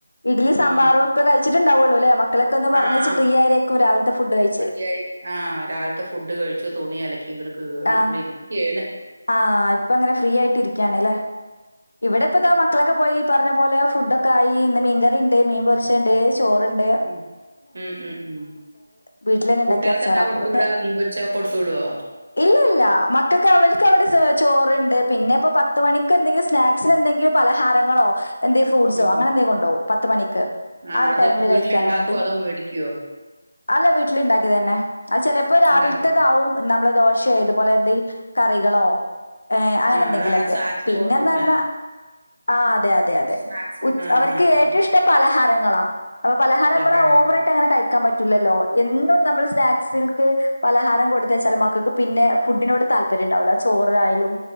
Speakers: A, on the left (about 80°); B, on the right (about 60°).
A: ഇഡ്ലി സാമ്പാറും
B: ഉം
A: ഇപ്പൊ കഴിച്ചിട്ട്ണ്ടാവാെള്ളുല്ലേ മക് മക്കളെക്കെ ഒന്ന് പറഞ്ഞയ്ച്ച്
B: ആഹ്
A: ഫ്രീ ആയിരിക്കും രാവിലത്തെ ഫുഡ് കഴിച്ച്
B: ഫ്രീ ആയി ആഹ് രാവിൽത്തെ ഫുഡ് കഴിച്ചു തുണി അലക്കി ഇങ്ങട്ട് കേറി
A: ആഹ്
B: ഇവിടെ ഇരിക്ക്യാണ്
A: ആഹ് ഇപ്പങ്ങനെ ഫ്രീ ആയിട്ടിരിക്കാണലെ ഇവടെ ഇപ്പ ഇതാ മക്കളൊക്കെ പോയീ പറഞ്ഞ പോലെ ഫുഡൊക്കെ ആയി ഇന്ന് മീൻകറിണ്ട് മീൻ പൊരിച്ചെണ്ട് ചോറ്ണ്ട്
B: ഉം ഉം ഉം ഉം
A: വീട്ടിൽ തന്നെ ഉണ്ടാക്കിയ
B: കുട്ടികൾക്ക്
A: അച്ചാറാ
B: എന്താ
A: അപ്പൊ
B: കൊടുത്തു
A: പിന്നെ
B: വിടാ മീൻപൊരിച്ചൊക്കെ കൊട്ത്തു വിടോ
A: ഇല്ല ഇല്ല മക്കക്ക് അവര് ക്കെ അവിടെ സെ ചോറ്ണ്ട് പിന്നെ ഇപ്പ പത്തുമണിക്ക് എന്തെങ്കിലും സ്നാക്സിന് എന്തെങ്കിലും പലഹാരങ്ങളോ എന്തേ ഫ്രൂട്സോ
B: ഉം
A: അങ്ങനെന്തേലും കൊണ്ടോകും പത്ത് മണിക്ക്
B: ആഹ്
A: ആ ഒരു
B: അത്
A: ടൈമില്
B: വീട്ടിലുണ്ടാക്കോ
A: കഴിക്കാനും വേണ്ടി
B: അതോ മേടിക്കോ
A: അല്ല വീട്ടിലുണ്ടാക്കിയതന്നെ അത് ചിലപ്പോ രാവിലത്തേതാവും
B: ഇണ്ടാക്കാൻ
A: നമ്മളെ ദോശയെ ഇതുപോലെ എന്തെ കറികളോ അങ്ങനെ ഏഹ് അങ്ങനെന്തെങ്കിലൊക്കെ
B: ആഹ് അതാണ് സ്നാക്സിന്
A: പിന്നെന്താ
B: കൊടുത്തു വിടണെ
A: പറഞ്ഞാ ആ അതെ അതെ അതെ
B: സ്നാക്സ്
A: ഉച്
B: ആഹ്
A: അവർക്ക്
B: ആഹ്
A: ഏറ്റവും
B: ആഹ്
A: ഇഷ്ടം പലഹാരങ്ങളാ അപ്പൊ പലഹാരമ്മള്
B: പലഹാരങ്ങൾ
A: ഓവറ ക്കങ്ങനെ കഴിക്കാൻ പറ്റൂല്ലല്ലോ എന്നും നമ്മൾ സ്നാക്സിൽക്ക് പലഹാരം കൊടുത്തയച്ചാൽ മ കക്ക് പിന്നെ ഫുഡിനോട് താല്പര്യം ഉണ്ടാവില്ല ചോറായാലും